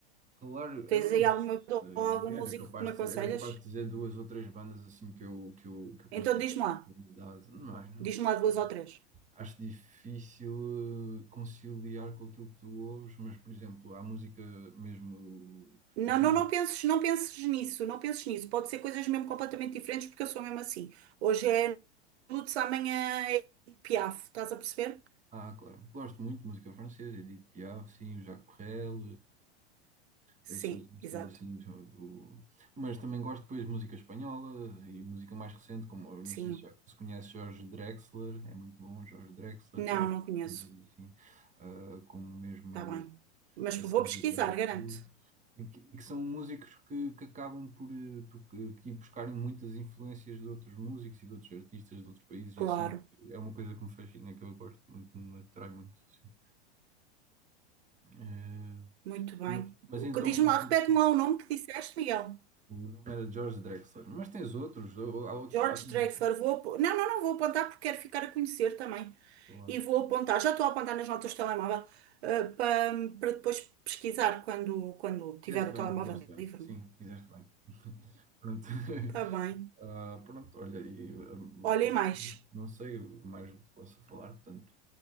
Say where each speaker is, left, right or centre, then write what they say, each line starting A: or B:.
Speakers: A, on the right (about 20°); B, on the right (about 70°).
A: Claro,
B: Tens
A: eu não
B: aí alguma pessoa
A: sei.
B: ou algum
A: Era
B: músico
A: capaz
B: que me aconselhas?
A: de, era capaz de dizer duas ou três bandas assim que eu, que eu, que eu considero
B: Então diz-me lá,
A: qualidade. Não, é não
B: diz-me
A: sei.
B: lá duas ou três.
A: Acho difícil eh, conciliar com aquilo que tu ouves, mas, por exemplo, há música mesmo
B: Não,
A: aqui.
B: não, não penses, não penses nisso, não penses nisso. Pode ser coisas mesmo completamente diferentes, porque eu sou mesmo assim. Hoje é Lutz, amanhã é Piaf, estás a perceber?
A: Ah, claro. Gosto muito de música francesa, Edith Piaf, sim, o Jacques Brel,
B: Sim,
A: eh, esses artistas
B: exato.
A: assim. são do- Mas também gosto depois de música espanhola e música mais recente, como eu não
B: Sim.
A: sei se já se conhece Jorge Drexler, é muito bom, Jorge Drexler,
B: Não,
A: e há outros
B: não conheço.
A: bandas assim, ah, como mesmo
B: Está bem. Mas
A: a
B: vou
A: Silvia
B: pesquisar,
A: Pérez
B: garanto.
A: Cruz. E que e que são músicos que, que acabam por eh, tu- que, que ir buscarem muitas influências de outros músicos e de outros artistas de outros países
B: Claro.
A: e assim. É uma coisa que me fascina, que eu gosto muito, que me atrai muito, assim. Eh,
B: Muito bem.
A: mas, mas
B: O
A: então,
B: que diz-me
A: e
B: lá,
A: tu?
B: repete-me lá o nome que disseste, Miguel.
A: O nome era George Drexler, mas tens outros, ou- há outros,
B: George
A: há também.
B: Drexler, vou... apo- Não, não, não, vou apontar porque quero ficar a conhecer também.
A: Boa.
B: E vou apontar, já estou a apontar nas notas do telemóvel, eh, para para depois pesquisar quando, quando tiver
A: Fizeste
B: o
A: bem,
B: telemóvel
A: fizeste bem,
B: livre.
A: sim, fizeste bem. <laughs> Pronto, <laughs>
B: Está <laughs> bem.
A: Ah, pronto, olha, e, hum,
B: Olhem mais.
A: não sei o mais o que posso falar, portanto.